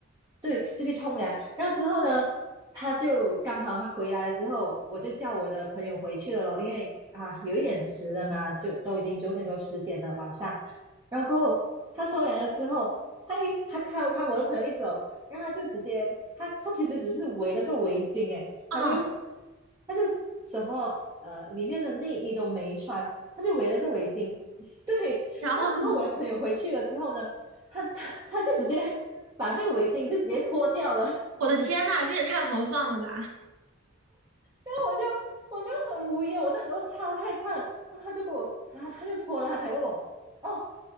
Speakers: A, on the right; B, on the right.
A: 对，就去冲凉。然后之后呢，他就刚好他回来了之后，我就叫我的朋友回去了咯，因为啊有一点迟了嘛，就都已经九点多十点了晚上。然后过后他冲凉了之后，他一他看看我的朋友一走，然后他就直接他他其实只是围了个围巾，诶，
B: 啊，
A: 他就他就什么呃里面的内衣都没穿，他就围了个围巾。<laughs> 对，
B: 然后呢？
A: 然后之后我的朋友回去了之后呢，他他他就直接把那个围巾就直接脱掉了，<laughs> 然
B: 我的天呐，这也太豪放了吧
A: 后我就我就很无语哦我那时候超害怕的然后他就给我他他就脱了，他才问我哦，